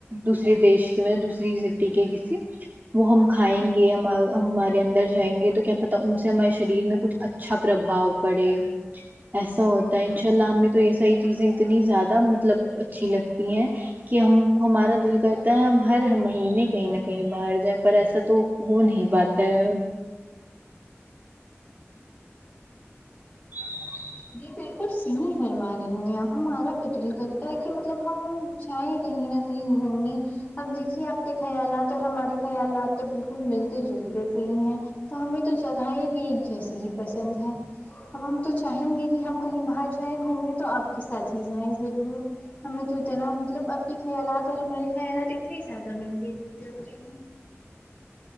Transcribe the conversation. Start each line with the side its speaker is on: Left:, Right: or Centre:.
Right: دوسرے دیش کے مطلب دوسری سٹی کے کسی وہ ہم کھائیں گے ہمارے اندر جائیں گے تو کیا پتہ ان سے ہمارے شریر میں کچھ اچ چھا پرباؤ پڑے ایسا ہوتا ہے ان شاء اللہ ہم میں تو یہ ساری چیزیں اتنی زیادہ مطلب اچھی لگتی ہیں کہ ہم ہمارا دل کرتا ہے ہم ہر مہینے کہیں نہ کہیں باہر جائیں پر ایسا تو ہو نہیں پاتا ہے ہ
Left: جی بالکل سہی فرمارہی ہے آپ ہمارا بھی دل کرت تا کہ مطلب ہم چاہیں کہیں نہ کہیں گھومنی اب دیکھیے آپ کے خیالات اور ہمارے خیالات تو بالکل ملتے جلتے سے ہی ہیں تو ہمیں تو جگاہیں بھی ایک جیسی ہی پسند ہے اب ہم تو چاہیں گے کہ ہم کہیں باہر جائیں گھومنے تو آپ کے ساتھ ہی جائیں ضرور ہمیں تو اتنا ہو مطلب اب کے خیالات اور ہمارے خیالات اتنے زیادہ ملتے جھلتے ہوئے ہیں